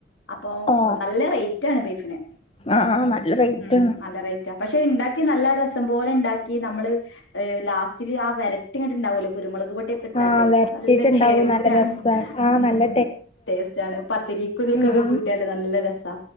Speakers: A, on the left; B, on the left.
A: അപ്പൊ
B: ആ
A: നല്ല റേറ്റാണ് ബീഫിന്
B: ആ ആ നല്ല റേറ്റാണ്
A: ഉം പഷെ ണ്ടാക്കി നല്ല രസം പോലെ ണ്ടാക്കി കി നമ്മള് ലാസ്റ്റില് ആ വരട്ടി ങ്ങട്ട്ണ്ടാവല്ലോ കുരുമുളക് പൊടിയൊക്കെ ഇട്ടാട്ട്
B: ആ വരട്ടിയിട്ടുണ്ടാവും
A: നല്ല ടേസ്റ്റ്
B: നല്ല
A: സ്റ്റാണ്
B: രസാണ് ആ
A: ഉം
B: നല്ല
A: ടേസ്റ്റാണ് പത്തിരിക് തിക്കൊക്കെ
B: ഉം ഉം
A: ക്കൂട്ടിയാല് നല്ല രസാ.